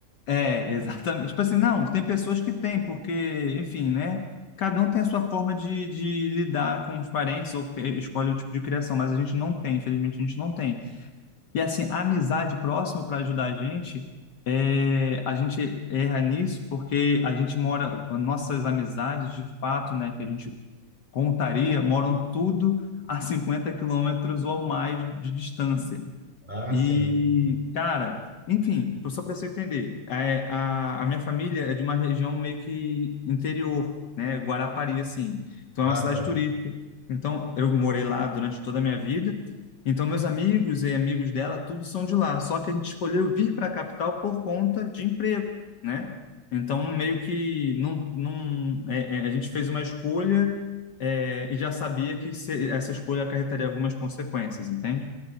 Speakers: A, on the left; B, on the right.
A: É, <laughs> exatamente. Tipo assim, não, tem pessoas que têm, porque, enfim, né? Cada um tem a sua forma de, de lidar com os parentes ou que- escolhe o tipo de criação, mas a gente não tem, infelizmente, a gente não tem. E assim, a amizade próxima para ajudar a gente, é, a gente erra nisso porque a gente mora, nossas amizades de fato, né, que a gente contaria, moram tudo a 50 quilômetros ou mais de distância.
B: Ah,
A: E,
B: sim.
A: cara, enfim, tipo, só para você entender, é, a, a minha família é de uma região meio que interior, né? Guarapari, assim. Então
B: Ah,
A: é uma cidade
B: tá.
A: turística. Então eu morei lá durante toda a minha vida. Então meus amigos e amigos dela, tudo são de lá. Só que a gente escolheu vir para a capital por conta de emprego, né? Então meio que não, não, é- é, a gente fez uma escolha, é, e já sabia que se- essa escolha acarretaria algumas consequências, entende?